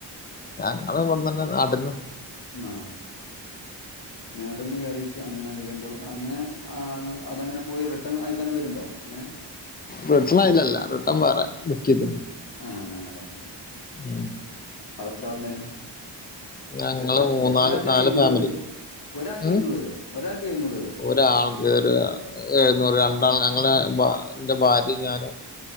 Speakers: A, on the left; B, on the left.
A: ഞങ്ങള്വ്ട്ന്നന്നെ നാട്ട്ന്ന്
B: ആഹ് നാട്ട്ന്ന് കേറിട്ട് അങ്ങനെ തിര്വന്ത അങ്ങനെ ആഹ് അത് അതങ്ങനെ പോയി റിട്ടേണയ്തന്നെ വര്ണ്ടോ ഏഹ്
A: റിട്ടണയ്ലല്ല റിട്ടൺ വേറെ ബുക്ക് ചെയ്ത്
B: ആഹ് അങ്ങനാണല്ലെ ഉം
A: ഉം
B: അവ എത്ര ആളുണ്ടായിനു
A: ഞങ്ങള്
B: എത്ര
A: മൂന്നാല്
B: എത്ര ആൾക്കാ
A: നാല്
B: എഴുന്നൂറ്
A: ഫാമിലി
B: വരുണ്ട് ഒരാൾക്ക്
A: ഉം
B: എഴുന്നൂറ് വ രൂ വേ ഒരാൾക്ക് എഴുന്നൂറ് വരോ
A: ഒരാൾക്ക് ഒരു പറ രണ്ടാൾ ഞങ്ങളുടെ ഭ എൻ്റെ ഭാര്യയും ഞാനും